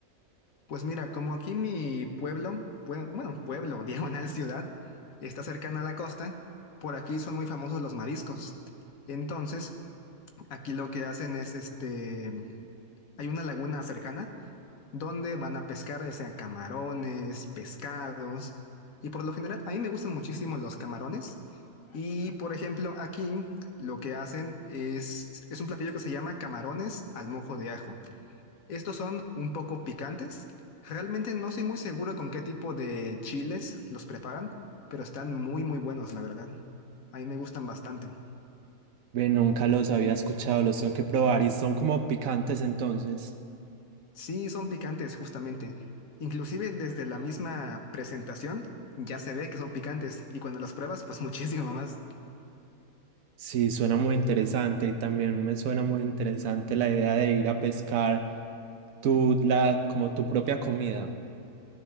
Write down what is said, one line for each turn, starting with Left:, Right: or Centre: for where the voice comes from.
Left: Pues mira, como aquí mi pueblo, pue- bueno, pueblo, <laughs> diagonal ciudad, está cercana a la costa, por aquí son muy famosos los mariscos. Entonces, Aquí lo que hacen es, este, hay una laguna cercana donde van a pescar, ya sea camarones, pescados, y por lo general a mí me gustan muchísimo los camarones. Y por ejemplo, aquí lo que hacen es, es un platillo que se llama camarones al mojo de ajo. Estos son un poco picantes. Realmente no soy muy seguro con qué tipo de chiles los preparan, pero están muy, muy buenos, la verdad. A mí me gustan bastante.
Right: Ve, nunca los había escuchado, los tengo que probar y son como picantes entonces.
Left: Sí, son picantes, justamente. Inclusive desde la misma presentación ya se ve que son picantes y cuando las pruebas, pues <laughs> muchísimo más.
Right: Sí, suena muy interesante y también me suena muy interesante la idea de ir a pescar Tu, la, como tu propia comida.